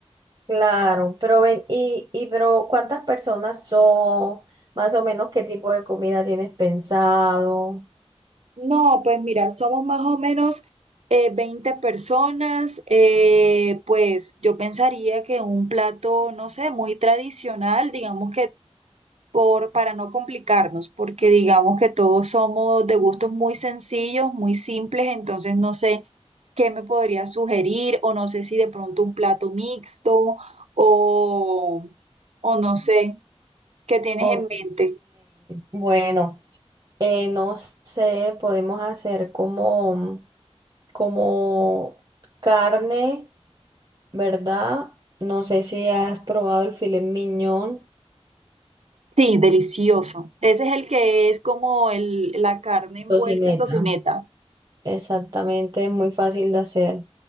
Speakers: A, on the right; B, on the right.
A: Claro, pero ven, y, y pero ¿cuántas personas son? Más o menos, ¿qué tipo de comida tienes pensado?
B: No, pues mira, somos más o menos eh, 20 personas. eh, pues yo pensaría que un plato, no sé, muy tradicional, digamos que por, para no complicarnos, porque digamos que todos somos de gustos muy sencillos, muy simples, entonces no sé qué me podría sugerir o no sé si de pronto un plato mixto o, o no sé, ¿qué tienes
A: Ok,
B: en mente?
A: bueno, eh, no sé, podemos hacer como, como carne, ¿verdad? No sé si has probado el filet mignon,
B: Sí, delicioso. Ese es el que es como el, la carne envuelta
A: tocineta.
B: en tocineta.
A: Exactamente, es muy fácil de hacer.